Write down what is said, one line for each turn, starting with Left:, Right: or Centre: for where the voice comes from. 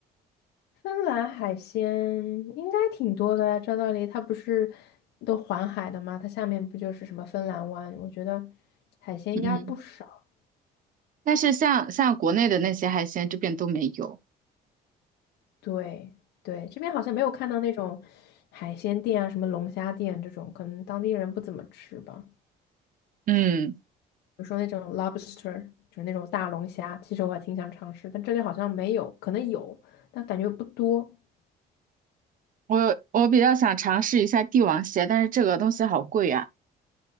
Left: 芬兰海鲜应该挺多的呀，照道理它不是都环海的吗？它下面不就是什么芬兰湾？我觉得海鲜应该不少。
Right: 嗯嗯，但是像像国内的那些海鲜，这边都没有。
Left: 对对，这边好像没有看到那种海鲜店啊，什么龙虾店这种，可能当地人不怎么吃吧。
Right: 嗯，
Left: 比如说那种 lobster，就是那种大龙虾，其实我还挺想尝试，但这里好像没有，可能有，但感觉不多。<laughs>
Right: 我我比较想尝试一下帝王蟹，但是这个东西好贵啊。